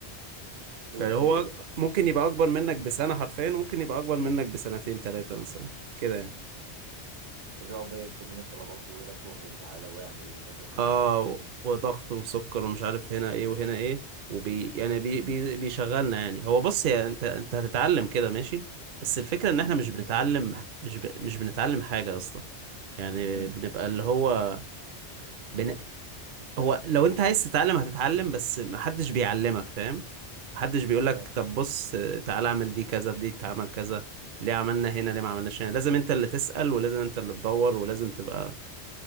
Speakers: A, on the right; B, on the right.
A: اوكي
B: يعني هو ممكن يبقى اكبر منك بسنة حرفيا وممكن يبقى اكبر منك بسنتين ثلاثة مثلا كده يعني
A: فبيقعد بقى يطلب منك طلبات ويقول لك روح وتعالى واعمل وكذا وكذا
B: اه
A: وكذا
B: و- وضغط وسكر ومش عارف هنا ايه وهنا ايه وبي يعني بي بي بيشغلنا يعني هو بص يا انت انت هتتعلم كده ماشي بس الفكرة ان
A: امم
B: احنا مش بنتعلم مش ب... مش بنتعلم حاجة اصلا يعني
A: امم
B: بنبقى اللي هو بن... هو لو انت عايز تتعلم هتتعلم بس محدش بيعلمك فاهم محدش بيقولك
A: انا فاهم
B: طب بص تعالى اعمل دي كذا بدي تعمل كذا ليه عملنا هنا ليه ما عملناش هنا لازم انت اللي تسأل ولازم انت اللي تدور ولازم تبقى